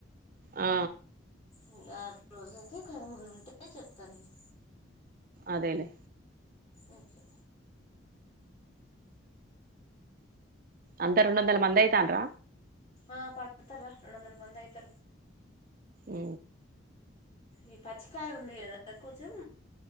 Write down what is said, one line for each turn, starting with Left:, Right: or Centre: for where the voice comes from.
Right: ఆ
Left: ఇంగ ఆ రోజుకి కర్మలు ఉంటే చెప్తాను నేను
Right: అదేలే
Left: ఒకే
Right: అంత రెండు వందల మంది ఐతాన్ర
Left: ఆ పడతారా రెండు వందల మంది అయితారు
Right: ఉ
Left: ఈ పచ్చికయ ఉంది గదా కొంచం